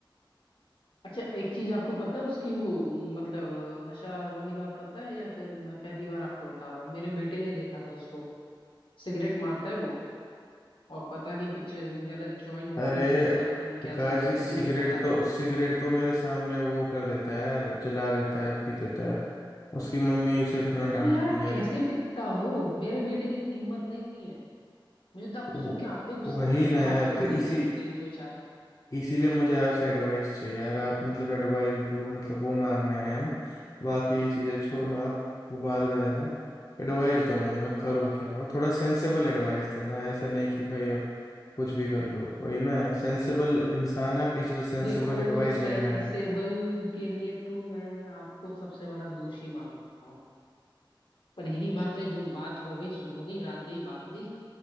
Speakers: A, on the left; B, on the left.
A: अच्छा एक चीज आपको पता है उसकी वो म, मतलब नशा वाली बात पता है या फिर मैं पहली बार आपको बता रहा हूँ मेरे बेटे ने देखा था उसको सिगरेट मारता है वो और पता नहीं कुछ गलत जॉइंट वॉइंट
B: अरे
A: भी करता है पता नहीं
B: प्रकाश
A: क्या चीज है
B: जी
A: वो
B: सिगरेट
A: तो मुझे पता
B: तो
A: भी नहीं
B: सिगरेट तो मेरे सामने वो कर देता है जला देता है पी देता है उसकी मम्मी उसे इतना डांटती
A: तो यार आप
B: है
A: कैसे पिता हो मेरे बेटे की इतनी हिम्मत नहीं है मुझे तो आप
B: वो
A: सुन के आप पे गुस्सा
B: वही
A: आ रहा है
B: ना
A: मैं तो
B: यार
A: आपको
B: तो
A: देना
B: इसी
A: दूं कहीं दो चार
B: इसीलिए मुझे आपसे एडवाइस चाहिए यार आप मतलब एडवाइस दो मतलब वो मांगने आए हम बाकी चीज़ें छोड़ो आप वो बाद में देना एडवाइस दो मुझे मैं करूँ क्या और थोड़ा सेंसेबल एडवाइस देना ऐसा नहीं कि भाई अब कुछ भी कर लो वही ना सेंसेबल इंसान है आप इसलिए सेंसेबल
A: देखो
B: एडवाइस
A: सेंसेबल
B: लेने आए हैं
A: के लिए तो मैं आपको सबसे बड़ा दोषी मानता हूँ पर यही बात है जो बात हो गई सो हो गई रात गई बात गई